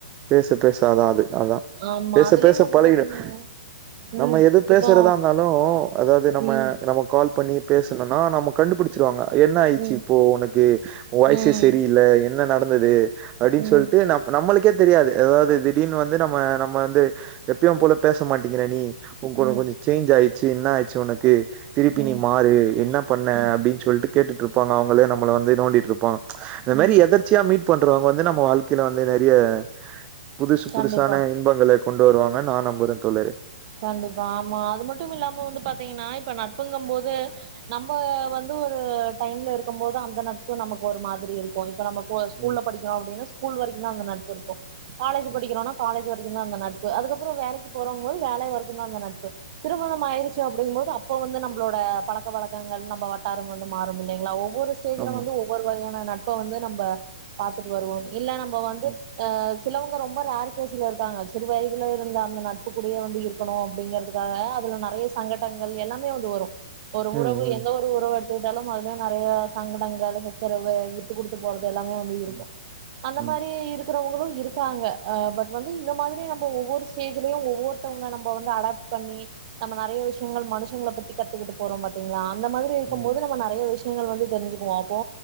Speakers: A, on the right; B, on the right.
A: பேச பேச அத அது அதா
B: ஆமா
A: பேச
B: அதுலயு
A: பேச
B: வந்து
A: பழகிடும்
B: பாத்தீங்கன்னா ம்
A: நம்ம எது பேசுறதா
B: இப்போ
A: இருந்தாலு அதாவது நம்ம
B: ம்
A: நம்ம கால் பண்ணி பேசணுனா நம் கண்டுபிடிச்சிருவாங்க என்ன ஆயிச்சு
B: ம்
A: இப்போ உனக்கு உ வாய்சே
B: ம்
A: சரியில்ல என்ன நட ந்தது அப்டின்னு
B: ம்
A: சொல்லிட்டு நம் நம்மளுக்கே தெரியாது அதாவது திடீர்னு வந்து நம்ம நம்ம வந்து எப்பயும் போல பேச மாட்டேங்கிற நீ உங் கூட
B: ம்
A: கொஞ்ச சேஞ்ச் ஆயி சி என்ன ஆச்சு உனக்கு திருப்பி
B: ம்
A: நீ மாறு என்ன பண்ண
B: ம்
A: அப்படின்னு சொல்ட்டு கேட்டுட்டு இருப்பாங்க அவங்களே நம்மளை வந்து நோண்டிட்டு இருப்பாங்க இந்த
B: ம்
A: மாரி எதர்ச்சியா மீட் பண்றவங்க வந்து நம்ம வாழ்க்கையில வந்து நறைய புதுசு
B: கண்டிப்பா
A: புதுசான இன்பங்கள கொண்டு வருவாங்க நா நம்பரே தோழி
B: கண்டிப்பா ஆமா அது மட்டும் இல்லாம வந்து பாத்தீங்கன்னா இப்ப நட்புங்க போது நம்ம வந்து ஒரு டைம்ல இருக்கும் போது அந்த நட்பும் நமக்கு ஒரு மாதிரி இருக்கும் இப்ப நம்ம ஒ ஸ்கூல்ல
A: ம்
B: படிக்றோ அப்டின்னா ஸ்கூல் வரைக்குந்தா அந்த நட்ப் <unintelligible> காலேஜ்
A: ம்
B: படிக்கிறோனா காலேஜ் வரைக்குந்தா அந்த நட்பு அதுக்கப்பறோ வேலைக்கு போறோம்போது வேலை வரக்குந்தா அந்த நட்பு திருமணம் ஆயிருச்சு அப்டிங்போது அப்ப வந்து நம்பளோட பழக்க வழக்கங்கள் நம்ப வட்டாரம் வந்து மாறுமில்லைங்லா ஒவ் வொரு ஸ்டேஜ்ல
A: ஆமா
B: வந்து ஒவ்வொரு வகையான நட் ப்ப வந்து நம்ப பாத்துட்டு வருவோ இல்ல நம்ம வந்து
A: ம்
B: அஹ் ஸ் சிலவங்க ரொம்ப ரேர் கேசுல இருக்காங்க சிறு வயதுல இருந்த அந்த நட்புக் கூடயே வந்து இருக்கணு அப்டிங்கிறதுக்காக அதுல நறையா சங்கடங்கள் எல்லாமே வந்து வரும் ஒரு
A: ம்
B: உறவு
A: ம்
B: எந்த ஒரு உறவு எடுத்தாலு அதுலயு நறையா சங்கடங்கள் சச்சரவு விட்டு குடுத்து போற எல்லாமே வந்து இருக்கு
A: ம்
B: அந்த மாரி
A: ம்
B: இருக்குறவுங்களு இருக்காங்க அ பட் வந்து இந்த மாரி நம்ப ஒவ்வொரு ஸ்டேஜ்லயு ஒவ்வொ ர்த்தவுங்கல நம்ப வந்து அடாப்ட் பண்ணி நம்ம நறைய விஷயங்கள் மனுஷங்ள பத்திக த்துக்கிட்டு போறோ பாத்தீங்களா அந்த மாதிரி இருக்கும்
A: ம்
B: போது நம்ம நறய விஷ் ஷ்யங்கள் வந்து தெரிஞ்சுக்குவோ அப்போ